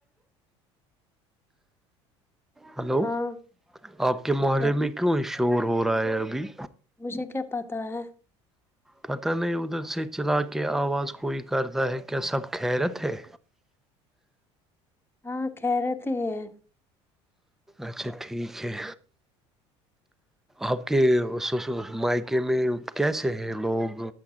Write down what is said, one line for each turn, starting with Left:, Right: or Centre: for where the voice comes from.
Left: <inaudible> <inaudible>
Centre: ہلو
Left: ہاں
Centre: آپ کے محلے
Left: کیا-
Centre: میں کیوں یہ شور ہو رہا ہے ابھی
Left: مجھے کیا پتا ہے
Centre: پتہ نہیں ادھر سے چلا کے آواز کوئی کرتا ہے کیا سب خیرت ہے
Left: ہاں خیریت ہی ہے
Centre: اچھا ٹھیک ہے آپ کے سسر مایکے میں کیسے ہیں لوگ